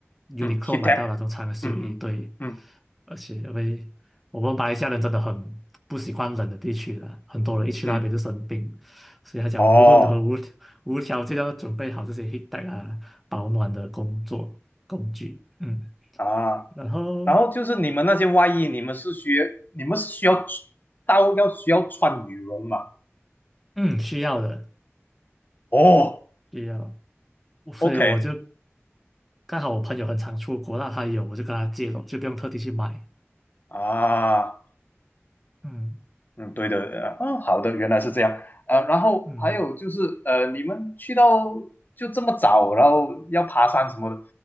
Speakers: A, in the centre; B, on the left (about 40°).
A: Uniqlo
B: 嗯 h i
A: 买到的那种长袖衣，
B: t a e 嗯嗯嗯
A: 对，而且因为我们马来西亚人真的很不喜欢冷的地区的，很多人一去那边就生病，
B: 嗯，
A: 所以他讲无论如何无无条件要准备好这些
B: 哦
A: heat tech 啊保暖的工作工具，嗯，
B: 啊，
A: 然后
B: 然后就是你们那些外衣，你们是需要你们是需要到要需要穿羽绒嘛？
A: 嗯需要的
B: 哦
A: 需要，所以我就
B: ，OK
A: 刚好我朋友很常出国，那他有我就跟他借了，就不用特地去买，
B: 啊。
A: 嗯
B: 嗯，对的，呃嗯，好的，原来是这样，呃，然后还有就是，
A: 嗯
B: 呃，你们去到就这么早，然后要爬山什么的，